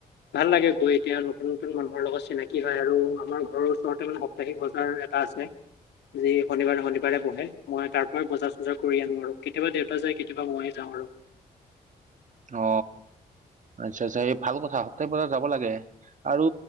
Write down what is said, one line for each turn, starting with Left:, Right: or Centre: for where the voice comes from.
Left: ভাল লাগে গৈ এতিয়া নতুন নতুন মানুহৰ লগত চিনাকি হয় আৰু আমাৰ ঘৰৰ ওচৰতে মান সাপ্তাহিক বজাৰ এটা আছে, যি শনিবাৰে শনিবাৰে বহে। মই তাৰ পৰাই বজাৰ-চজাৰ কৰি আনো আৰু কেতিয়াবা দেউতাক পৰা যায় কেতিয়াবা মইে যাওঁ আৰু।
Right: অ আচ্ছা আচ্ছা এই ভাল কথা, সপ্তাহিক বছৰত যাব লাগে। আৰু